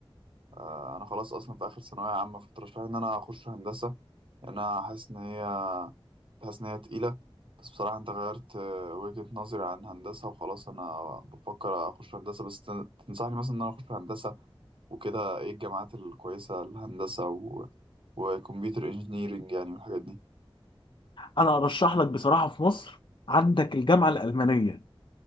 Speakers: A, on the right; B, on the left.
A: آه، أنا خلاص أصلا في آخر ثانوية عامة فترشح لي إن أنا أخش هندسة يعني انا حاسس ان هي حاسس ان هي تقيله بس بصراحه انت غيرت آه، وجهه نظري عن هندسه وخلاص انا بفكر اخش هندسه بس تن- تنصحني مثلا ان انا اخش هندسه وكده ايه الجامعات الكويسه للهندسه و... وكمبيوتر انجينيرنج يعني والحاجات دي
B: انا ارشح لك بصراحه في مصر عندك الجامعه الالمانيه